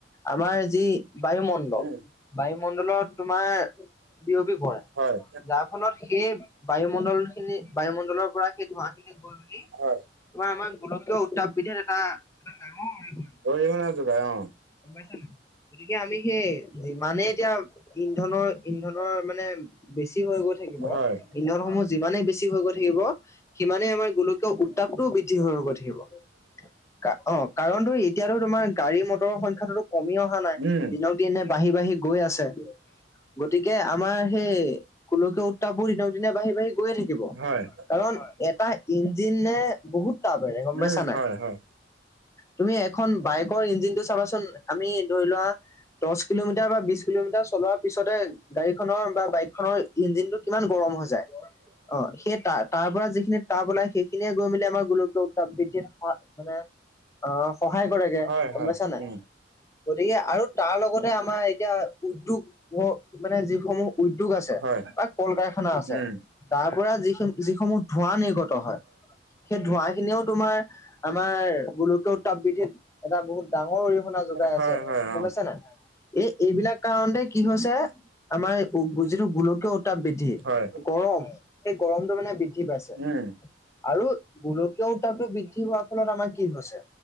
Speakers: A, on the left (about 15°); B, on the right (about 80°).
A: আমাৰ যি বায়ুমণ্ডল,
B: উম
A: বায়ুমণ্ডলত তোমাৰ বিয়পি পৰে।
B: হয়
A: যাৰ ফলত সেই বায়ুমণ্ডল খিনি, বায়ুমণ্ডলৰ পৰা সেই ধোঁৱা খিনি গৈ মেলি
B: হয়
A: তোমাৰ আমাৰ গোলকীয় উত্তাপ বৃদ্ধি এটা ডাঙৰ অৰিহণা
B: অৰিহণা যোগায়। অহ
A: গম পাইছ নাই? গতিকে আমি সেই যিমানে এতিয়া ইন্ধনৰ-ইন্ধনৰ মানে বেছি হৈ গৈ থাকিব,
B: হয়
A: ইন্ধন সমূহ যিমানেই বেছি হৈ গৈ থাকিব, সিমানেই আমাৰ গোলকীয় উত্তাপটোও বৃদ্ধি হৈ হৈ গৈ থাকিব। কা অহ, কাৰণটো এতিয়াটো তোমাৰ গাড়ী-মটৰৰ সংখ্যাটো তো কমি অহা <unintelligible> নাই
B: উম,
A: দিনক দিনে বাঢ়ি-বাঢ়ি গৈ আছে, গতিকে আমাৰ সেই গোলকীয় উত্তাপবোৰ দিনক দিনে বাঢ়ি-বাঢ়ি গৈয়ে থাকিব।
B: হয়,
A: কাৰণ এটা ইঞ্জিনে বহুত তাপেৰে গম পাইছা
B: উম,
A: নাই?
B: হয়, হয়।
A: তুমি এখন বাইকৰ ইঞ্জিনটো চাবাচোন আমি ধৰি লোৱা দহ কিলোমিটাৰ বা বিছ কিলোমিটাৰ চলোৱাৰ পিছতে গাড়ীখনৰ বা বাইকখনৰ ইঞ্জিনটোত কিমান গৰম হৈ যায়। অ, সেই তা তাৰ পৰা যিখিনি তাপ ওলাই সেইখিনিয়ে গৈ মেলি আমাৰ গোলকীয় উত্তাপ বৃদ্ধিত স মানে অঁ সহায় কৰেগে,
B: হয়,
A: গম
B: হয়,
A: পাইছা নাই?
B: উম,
A: গতিকে আৰু তাৰ লগতে আমাৰ এতিয়া উদ্যোগ ও মানে যিসমূহ উদ্যোগ আছে,
B: হয়,
A: বা কল-কাৰখানা আছে।
B: উম,
A: তাৰ পৰা যিখি যিসমূহ ধোঁৱা নিৰ্গত হয়, সেই ধোঁৱা খিনিও তোমাৰ, আমাৰ গোলকীয় উত্তাপ বৃদ্ধিত এটা বহুত ডা ঙৰ অৰিহণা যোগাই
B: হয়,
A: আছে।
B: হয়,
A: গম
B: অ,
A: পাইছা নাই? এই এইবিলাক কাৰণতে কি হৈছে আমাৰ যিটো গোলকীয় উত্তাপ বৃদ্ধি,
B: হয়,
A: গৰম, এই গৰমটো মানে বৃদ্ধি পাইছে।
B: উম,
A: আৰু গোলকীয় উত্তাপটো বৃদ্ধি হোৱাৰ ফলত আমাৰ কি হৈছে,